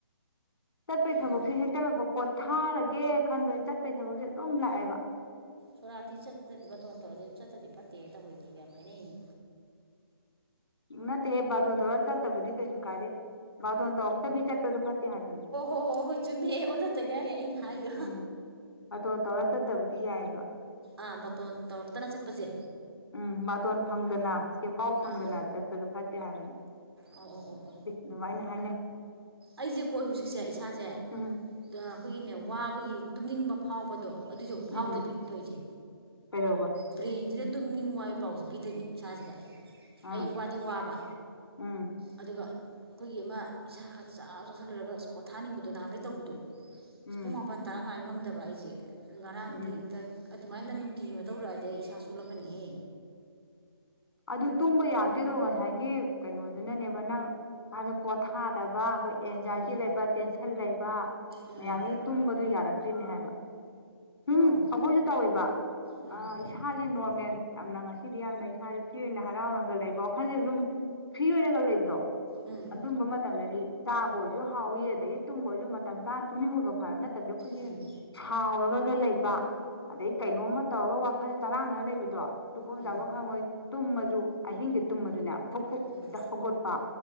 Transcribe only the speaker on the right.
ꯎꯝ
ꯁꯣꯔꯥꯠꯇꯤ ꯆꯠꯇ꯭ꯔꯗꯤ ꯕꯇꯣꯟ ꯇꯧꯔꯗꯤ ꯆꯠꯇ꯭ꯔꯗꯤ ꯐꯠꯇꯦ ꯇꯧꯍꯩꯗꯦꯒ ꯌꯥꯝ ꯍꯥꯏꯅꯩꯅꯦ
ꯍꯣꯏ ꯍꯣ ꯍꯣꯏ ꯆꯨꯝꯃꯦ ꯑꯣꯟꯅ ꯇꯩꯅꯔꯦ ꯑꯩꯅ ꯍꯥꯏꯗꯣ
ꯑꯥ ꯕꯇꯣꯟ ꯇꯧꯔꯛꯇꯅ ꯆꯠꯄꯁꯦ
ꯑꯥ
ꯑꯣ ꯑꯣ ꯑꯣ ꯑꯣ
ꯑꯩꯁꯦ ꯀꯣ ꯍꯧꯖꯤꯛꯁꯦ ꯏꯁꯥꯁꯦ ꯑꯩꯈꯣꯏꯒꯤꯅꯦ
ꯋꯥꯕꯒꯤ ꯇꯨꯝꯅꯤꯡꯕ ꯐꯥꯎꯕꯗꯣ ꯑꯗꯨꯁꯨ ꯑꯃꯨꯛ ꯐꯥꯎꯗꯕꯤ
ꯇꯣꯏꯁꯦ
ꯕ꯭ꯔꯦꯟꯁꯤꯅ ꯇꯨꯝꯅꯤꯡꯉꯣ ꯍꯥꯢꯕ ꯄꯥꯎꯁꯦ ꯄꯤꯗꯕꯤ ꯏꯁꯥꯁꯤꯗ
ꯑꯩ ꯋꯥꯗꯤ ꯋꯥꯕ
ꯑꯗꯨꯒ ꯑꯩꯈꯣꯏꯒꯤ ꯑꯃ ꯏꯁꯥꯁꯤ ꯆꯥꯛ ꯆꯥꯥꯁꯜꯂꯨꯔꯒ ꯄꯣꯠꯊꯥꯅꯤꯡꯕꯗꯣ ꯅꯍꯥꯟꯗꯩ ꯇꯧꯕꯗꯣ ꯑꯁ
ꯄꯨꯡ ꯃꯥꯄꯜ ꯇꯔꯥ ꯉꯥꯢ ꯉꯝꯗꯕ ꯑꯩꯁꯦ ꯉꯔꯥꯡꯗꯤ
ꯍꯦꯛꯇ ꯑꯗꯨꯃꯥꯏꯅ ꯅꯨꯡꯇꯤꯒꯤ ꯑꯃ ꯇꯧꯔꯛꯑꯗꯤ ꯑꯩ ꯏꯁꯥ ꯁꯣꯛꯂꯛꯀꯅꯤꯍꯦ
ꯎꯝ
ꯎꯝ
ꯑꯥꯎ
ꯎꯝ
ꯎꯝ
ꯎꯝ
ꯎꯝ ꯎꯝ
ꯎꯝ